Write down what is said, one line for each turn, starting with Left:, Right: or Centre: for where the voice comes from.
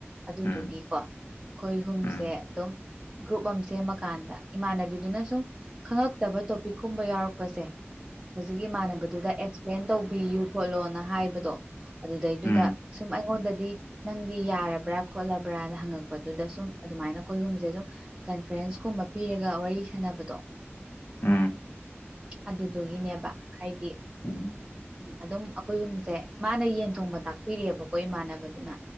Right: ꯑꯗꯨꯗꯨꯒꯤꯀꯣ
Left: ꯎꯝ
Right: ꯈꯣꯏꯍꯨꯝꯁꯦ
Left: ꯎꯝ
Right: ꯑꯗꯨꯝ ꯒ꯭ꯔꯨꯞ ꯑꯃ ꯁꯦꯝꯃꯀꯥꯟꯗ ꯏꯃꯥꯟꯅꯕꯤꯗꯨꯅ ꯁꯨꯝ ꯈꯪꯉꯛꯇꯕ ꯇꯣꯄꯤꯛꯀꯨꯝꯕ ꯌꯥꯎꯔꯛꯄꯁꯦ ꯍꯧꯖꯤꯛꯀꯤ ꯏꯃꯥꯟꯅꯕꯗꯨꯗ ꯑꯦꯛꯁꯄ꯭ꯂꯦꯟ ꯇꯧꯕꯤꯌꯨ ꯈꯣꯠꯂꯣꯅ ꯍꯥꯏꯕꯗꯣ ꯑꯗꯨꯗꯩꯗꯨꯗ
Left: ꯎꯝ
Right: ꯁꯨꯝ ꯑꯩꯉꯣꯟꯗꯗꯤ ꯅꯪꯗꯤ ꯌꯥꯔꯕ꯭ꯔꯥ ꯈꯣꯠꯂꯕ꯭ꯔꯥꯅ ꯍꯪꯉꯛꯄꯗꯨꯗ ꯁꯨꯝ ꯑꯗꯨꯃꯥꯏꯅ ꯑꯩꯈꯣꯏ ꯑꯍꯨꯝꯁꯦ ꯁꯨꯝ ꯀꯟꯐ꯭ꯔꯦꯟꯁ ꯀꯨꯝꯕ ꯄꯤꯔꯒ ꯋꯥꯔꯤ ꯁꯥꯟꯅꯕꯗꯣ
Left: ꯎꯝ ꯎꯝ
Right: ꯑꯗꯨꯗꯨꯒꯤꯅꯦꯕ ꯍꯥꯏꯗꯤ
Left: ꯎꯝ
Right: ꯎꯝ ꯑꯗꯨꯝ ꯑꯩꯈꯣꯏꯍꯨꯝꯁꯦ ꯃꯥꯅ ꯌꯦꯟ ꯊꯣꯡꯕ ꯇꯥꯛꯄꯤꯔꯛꯑꯦꯕꯀꯣ ꯏꯃꯥꯟꯅꯕꯗꯨꯅ